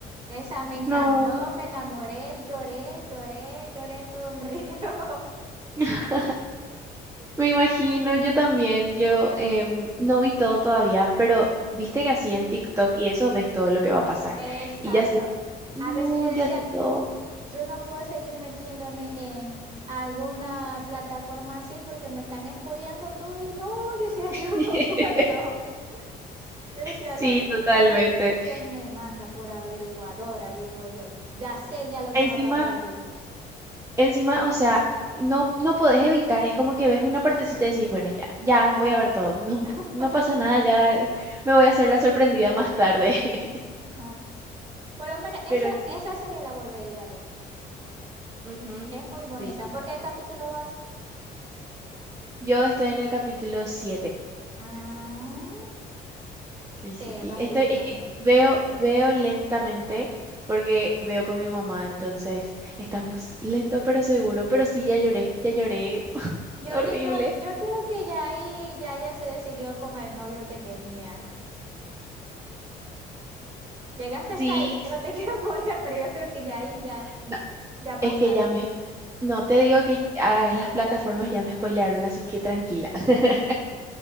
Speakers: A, on the right (about 35°); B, on the right (about 20°).
A: Esa me encantó,
B: no.
A: me enamoré, lloré, lloré, lloré todo un río. <laughs>
B: <laughs> Me imagino, yo también, yo em, no vi todo todavía, pero viste que así en TikTok y eso ves todo lo que va a pasar.
A: Exacto.
B: Y ya sé, no,
A: A veces yo decía,
B: ya sé todo.
A: yo no puedo seguir metiéndome en alguna plataforma así porque me están expoliando todo y no, decía
B: <laughs>
A: <laughs> yo no puedo. Decía
B: Sí,
A: Loe.
B: totalmente.
A: Ella, ¿quién me manda por averiguadora? Digo yo. Ya sé ya lo
B: Encima...
A: que va a pasar aquí.
B: Encima, o sea, no, no podés evitar, es como que ves una partecita y decís, bueno, ya, ya
A: Ajá.
B: voy a ver todo. No,
A: <laughs>
B: no pasa nada, ya me voy a hacer la sorprendida más tarde. <laughs>
A: Ajá. Por lo menos esa,
B: Pero sí.
A: esa serie la volvería a ver.
B: ujú,
A: Es muy bonita.
B: Sí, sí,
A: ¿Por
B: sí.
A: qué capítulo vas?
B: Yo estoy en el capítulo siete
A: Ah,
B: Sí,
A: sí,
B: sí, sí.
A: vas
B: Estoy,
A: bien,
B: es
A: vas
B: que
A: bien.
B: veo, veo lentamente porque veo con mi mamá, entonces estamos lento pero seguro, pero sí, ya lloré, ya lloré <laughs>
A: Yo,
B: horrible.
A: di- yo, yo creo que ya ahí ya ella se decidió con el novio que tenía. Llegaste hasta
B: Sí,
A: ahí, es que no te <laughs> quiero poner, pero yo creo que ya ahí ya,
B: no,
A: ya pasaron.
B: es que ya me, No te digo que ah, las plataformas ya me spoilearon, así que tranquila. <laughs>